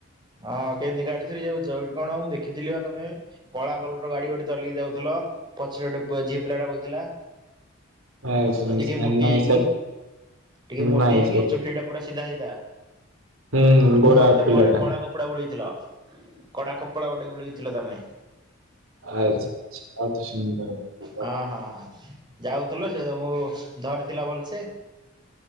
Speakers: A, on the right; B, on the right.
A: ହଁ କେମିତି ଗାଡ଼ି ଧରି ଯାଉଛ କଣ ମୁଁ ଦେଖିଥିଲି ବା ତମେ କଳା କଲର ଗାଡ଼ି ଗୋଟେ ଚଲିକି ଯାଉଥିଲା ପଛରେ ଗୋଟେ ପୁଅ ଝିଅ ପିଲାଟେ ବଇଥିଲା।
B: ଆଛା
A: ଟିକେ
B: ଏ
A: ମୋଟି
B: ନାଇଁ
A: ହେଇକି
B: ସାର୍
A: ଟିକେ ମୋଟି
B: ନାଇଁ
A: ହେଇକି
B: ସାର୍
A: ଚୁଟି ଟା ପୁରା ସିଧା ସିଧା।
B: ହୁଁ ଗୋରା
A: ମୁହଁରେ ତମେ
B: ପିଲାଟା
A: ଗୋଟେ କଳା କପଡ଼ା ବୁଳେଇଥିଲ କଳା କପଡ଼ା ଗୋଟେ ବୁଳେଇଥିଲ ତମେ।
B: ଆଛା ଆଛା ଅତି ସୁନ୍ଦର ଭଲ।
A: ହଁ ହଁ ହଁ ଯାଉଥିଲ ସେ ତମକୁ ଧରିଥିଲା ଭଲ ସେ।